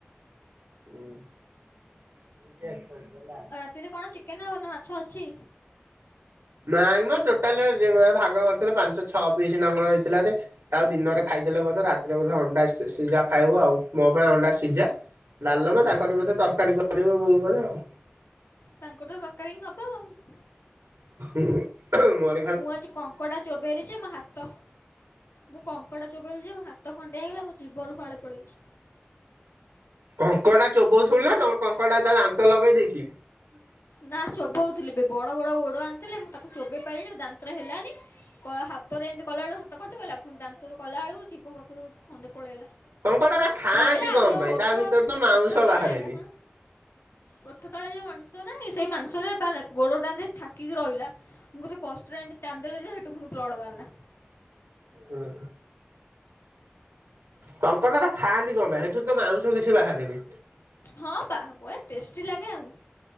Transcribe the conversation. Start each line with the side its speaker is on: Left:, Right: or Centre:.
Right: <unintelligible> ହେଲା।
Left: ତିରେ କଣ ଚିକେନ ଆଉ ନା ମାଛ ଅଛି?
Right: ନାଇଁ ମ ଟୋଟାଲେ ଯେ ମା ଭାଗ କରିଥିଲେ ପାଞ୍ଚ ଛଅ ପିସ୍ ନା କଣ ହେଇଥିଲା ଯେ ତାକୁ ଦିନରେ ଖାଇଦେଲେ ବୋଧେ ରାତିରେ ବୋଧେ ଅଣ୍ଡା ସି ସିଝା ଖାଇବୁ ଆଉ ମୋ ପାଇଁ ଅଣ୍ଡା ସିଜା। ଡାଲମା ତାଙ୍କର ବୋଧେ ତରକାରୀ କରିବ ବୋଉ ବୋଧେ ଆଉ।
Left: ତାଙ୍କର ତ ତରକାରୀ ହିଁ ହବ ଆଉ।
Right: ହୁଁ <unintelligible>
Left: ମୁଁ ଆଜି କଙ୍କଡା ଚୋବେଇଲି ଯେ ମା ହାତ ମୁଁ କଙ୍କଡ଼ା ଚୋବେଇଲି ଯେ ମୋ ହାତ ଖଣ୍ଡିଆ ହେଇଗଲା ମୋ ଜିଭରୁ ଫାଳେ ପଳେଇଛି।
Right: କଙ୍କଡ଼ା ଚୋବୋଉ ଥୁଲୁ ନା ତମ କଙ୍କଡ଼ା ତା ଦାନ୍ତ ଲଗେଇ ଦେଇଛି।
Left: ନା ଚୋବୋଉଥିଲି ବି ବଡ ବଡ ଗୋଡୋ ଆଣିଥିଲେ ମୁଁ ତାକୁ ଚୋବେଇ ପାଇଲିଣୀ ଦାନ୍ତ୍ରରେ ହେଲାନି ପଳା ହାତରେ ଏମିତି କଲା ବେଳୁ ହାତ କଟିଗଲା ଫୁଣି ଦାନ୍ତରୁ କଲା ଆଳୁକୁ ଜିଭ ପାଖୁରୁ ଖଣ୍ଡେ ପଳେଇଲା।
Right: କଙ୍କଡା ଟା ଖାଆନ୍ତି
Left: ପଳେଇଲା
Right: କଣ
Left: ଆଉ ଯୋଉ
Right: ପାଇଁ
Left: ଓଠୋ
Right: ତା ଭିତରେ ତ ମାଉଁସ
Left: ଓଠୋ
Right: ବାହାରେନି।
Left: ତଳେ ଏରା କଣ। ଓଠୋ ତଳେ ଯୋଉ ମାଂସ ନାହିଁ ସେଇ ମାଂସରେ ତା ଗୋଡୋଟା ଏନ୍ତି ଠାକିକି ରହିଲା। ମୁଁ କେତେ କଷ୍ଟରେ ଏନ୍ତି ଟାନ୍ ଦେଲା ଯେ ହେଟୁ ଫୁଣି ବ୍ଲଡ ବାହାରିଲା।
Right: ହୁଁ। କଙ୍କଡ଼ା ଟା ଖାଆନ୍ତି କଁ ପାଇଁ ହେଠୁ ତ ମାଉଁସ କିଛି ବାହାରେନି।
Left: ହଁ ପା ବଢ଼ିଆ ଟେଷ୍ଟି ଲାଗେ ଆଉ।